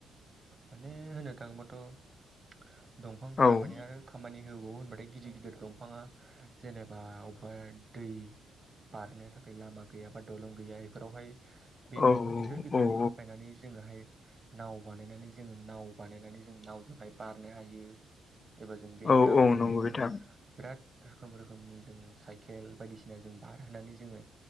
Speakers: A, on the right; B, on the left.
A: माने होननो थाङोबाथ' दंफांफोरा
B: ओं
A: माने आरो खामानि होबावो होनबाथाय गिदिर गिदिर दंफाङा जेनेबा ओ दै बारनो थाखाय लामा गैया बा दलं गैया बेफोरावहाय बे
B: उम
A: दंफां गिदिर गिदिरखौ
B: उम
A: हमफायनानै जोङोहाुय नाव बानायनानै जोङो नाव बानायनानै जों नावजोंहाय बारनो हायो एबा जों बे
B: औ
A: नावजोंनो
B: औ नंगौ
A: जोङो
B: बिथां
A: बिराद रोखोम रोखोमनि जों साय खेल बायदिसिना जों बारहोनानै जोङो